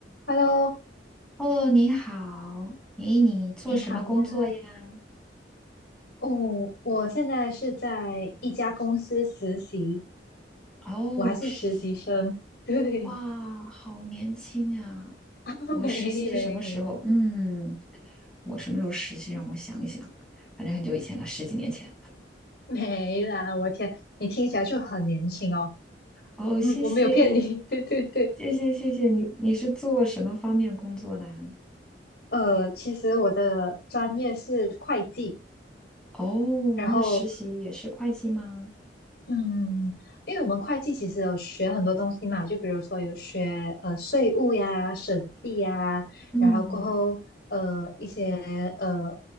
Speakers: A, on the left; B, in the centre.
A: Hello，
B: 哦，你好。诶，你做什么工作呀？
A: 你好呀。哦，我现在是在一家公司实习，
B: 哦，
A: 我还是实习生。
B: 实习。
A: 对，
B: 哇，好年轻啊！
A: <laughs> 啊没没没
B: 我实习是什么时候？嗯，我什么时候实习？让我想一想，反正很久以前了，十几年前。
A: 没啦！我天，你听起来就很年轻哦。<laughs>
B: 哦，
A: 嗯我没有骗你。
B: 谢谢，
A: <laughs> 对对对，
B: 谢谢，谢谢你。你是做什么方面工作的啊
A: 呃，其实我的专业是会计，
B: 哦，
A: 然后
B: 那实习也是会计吗？
A: 嗯，因为我们会计其实有学很多东西嘛，就比如说有学呃税务呀、审计呀，
B: 嗯
A: 然后过后呃一些呃